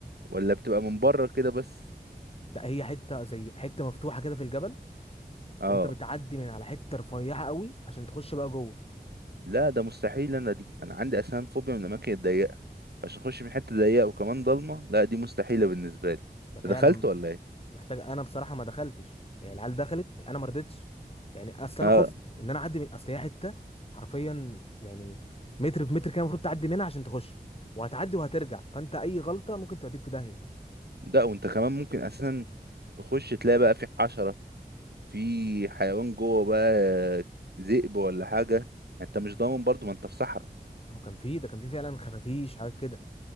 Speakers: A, on the right; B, on the left.
A: ولا بتبقى من بره كده بس
B: لا هي حته زي حته مفتوحه كده في الجبل
A: اه
B: وانت بتعدي من على حته رفيعه قوي عشان تخش بقى جوه
A: لا ده مستحيل انا دي انا عندي اسنان فوبيا من الاماكن الضيقه عشان اخش من حته ضيقه وكمان ضلمه لا دي مستحيله بالنسبه لي
B: ده فعلا
A: انت دخلت ولا ايه
B: محتاج انا بصراحه ما دخلتش يعني العيال دخلت انا ما رضيتش يعني اصل
A: اه
B: انا خفت ان انا اعدي من اصل هي حته حرفيا يعني متر في متر كده المفروض تعدي منها عشان تخش وهتعدي وهترجع فانت اي غلطه ممكن توديك في داهيه
A: لا وانت كمان ممكن اساسا تخش تلاقي بقى في حشره في حيوان جوه بقى ذئب ولا حاجه انت مش ضامن برضو ما انت في صحراء
B: ما هو كان فيه ده كان فيه فعلا خفافيش حاجات كده